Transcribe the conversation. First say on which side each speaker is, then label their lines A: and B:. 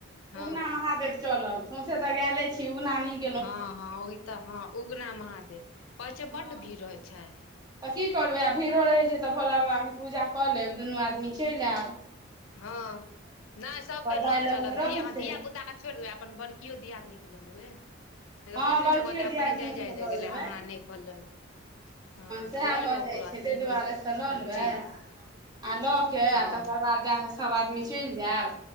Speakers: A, on the left (about 80°); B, on the right (about 20°).
A: हँ
B: उगना महादेव चलब सौंसे तऽ गैले छी उगना नीक
A: हँ हँ ओहि तऽ हँ उगना महादेव कहै छै बड्ड
B: हँ
A: भीड़ होय छै
B: तऽ की करबै आब भीड़ो रहैत छै तऽ भोला बाबाके पूजा कऽ लेब दुनू आदमी चलि एब
A: हँ नहि सबके लऽ
B: दाइ लगमे
A: चलब
B: रहतै
A: ध धिया पुता के छोइड़ देबै अपन बड़ किओ दियदनीके लऽ लेबै से तऽ
B: हँ
A: बुझ नहि
B: बड़कियो
A: छ कहते अपने
B: दियादनी
A: जाय जाय
B: से लऽ
A: गेले
B: लेबै
A: हमरा नय कहल रह हँ
B: सएह
A: तऽ लऽ
B: भऽ
A: लेबै ओकरो
B: जाइ छै
A: आ
B: ताहि
A: तीनू
B: दुआरे
A: अपन
B: से लऽ लेबै
A: चलि जायब
B: आ लऽ के
A: हँ
B: आ तकर बाद जा कऽ सब आदमी चैल जायब